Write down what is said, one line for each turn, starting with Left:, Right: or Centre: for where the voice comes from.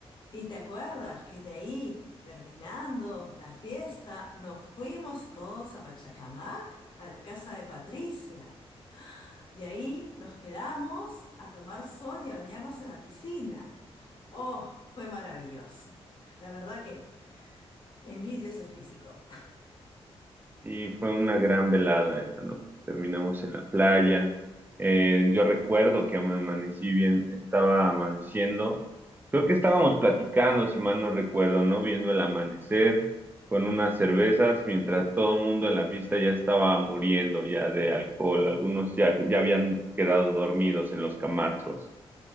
Left: Y te acuerdas que de ahí, terminando la fiesta, nos fuimos todos a Pachacamac, a la casa de Patricia. Y ahí nos quedamos a tomar sol y a bañarnos en la piscina. Oh, fue maravilloso. La verdad que envidio ese físico.
Right: Y fue una gran velada esa noche. Terminamos en la playa. Eh, yo recuerdo que me amanecí bien, estaba amaneciendo. Creo que estábamos platicando, si mal no recuerdo, ¿no? Viendo el amanecer con unas cervezas, mientras todo el mundo en la fiesta ya estaba muriendo ya de alcohol. Algunos ya, ya habían quedado dormidos en los camastros.